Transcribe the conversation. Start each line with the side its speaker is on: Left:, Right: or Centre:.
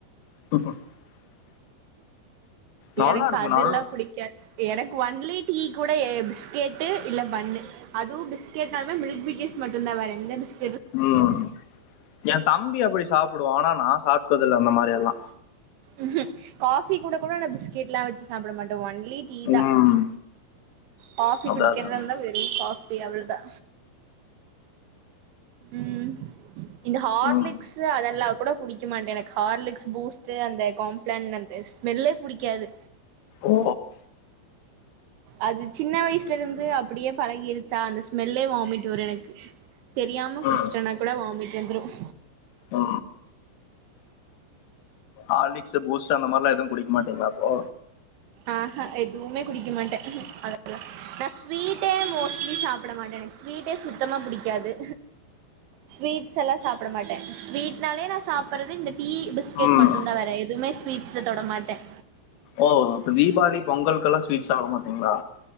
Left: <inaudible> நல்லா
Right: எனக்கு
Left: இருக்கும்
Right: அதெல்லாம்
Left: நல்லா
Right: புடிக்காது எனக்கு ஒன்லி டீ கூட பிஸ்கெட்டு இல்ல பன்னு அதுவு பிஸ்கேட்னாலே மில்க் பிகிஸ் மட்டும்தா வேற எந்த பிஸ்க்
Left: ம் என் தம்பி அப்டி சாப்டுவா ஆனா நா சாப்ட்டது இல்ல அந்த மாரி எல்லா
Right: ம் காபி கூட கூட பிஸ்கெட் எல்லா வச்சு சாப்பிட மாட்டே ஒன்லி டீ தா
Left: ம்
Right: காபி
Left: அதான்
Right: குடிக்கிறதா
Left: அதான்.
Right: இருந்தா வெறும் காபி அவ்ளோதா ம் இந்த ஹார்லிக்ஸ்
Left: ம்
Right: அதெல்லா கூட குடி குடிக்க மாட்டே எனக்கு ஹார்லிக்ஸ் பூஸ்ட் அந்த காம்ப்ளன் அந்த ஸ்மெல்லே பிடிக்காது
Left: ஓ
Right: அது சின்ன வயசுல இருந்து அப்டியே பழகிருச்சா அந்த ஸ்மெல்லே வாமிட் வரும் எனக்கு தெரியாம குடிச்சட்டேன்னா
Left: ம்
Right: கூட வாமிட் வந்துரும்
Left: ஆ ஹார்லிக்ஸ் பூஸ்ட்டு அந்த மாரிலாம் எதுவும் குடிக்க மாட்டீங்களா அப்போ
Right: ஆஹா எதுவுமே குடிக்க மாட்டேன் அத நான் ஸ்வீட்டே மோஸ்ட்லி சாப்பிட மாட்டேன் ஸ்வீட்டே சுத்தமா புடிக்காது ஸ்வீட்ஸ் எல்லாம் சாப்பிட மாட்டேன் ஸ்வீட்னாலே நான் சாப்றது இந்த டீ‌ பி பிஸ்கேட்
Left: ம்
Right: மட்டும்தான் வேற எதுவுமே ஸ்வீஸ்ல தொடமாட்டேன்
Left: ஓ அப்போ தீபாவளி பொங்கலுகெல்லாம் ஸ்வீ்ட்ஸ் சாப்ட மாட்டீங்களா